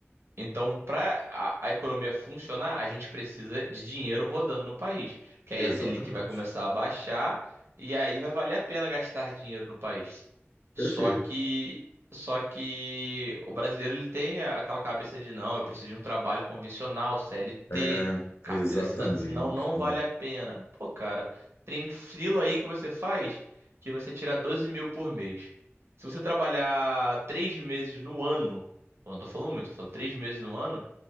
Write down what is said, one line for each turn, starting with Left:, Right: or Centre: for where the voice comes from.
Right: Então, para a, a economia funcionar, a gente precisa de dinheiro rodando no país, que
Left: Exatamente.
Right: aí a Selic vai começar a baixar e aí vai valer a pena gastar dinheiro no país.
Left: Perfeito.
Right: Só que só que o brasileiro ele tem a- aquela cabeça de não, eu preciso de um trabalho convencional, CLT,
Left: É,
Right: carteira
Left: exatamente.
Right: assinada, senão não vale
Left: Ó.
Right: a pena. Pô, cara, tem frila aí que você faz que você tira 12 mil por mês. Se você trabalhar três meses no ano eu não tô falando muito, tô falando três meses no ano,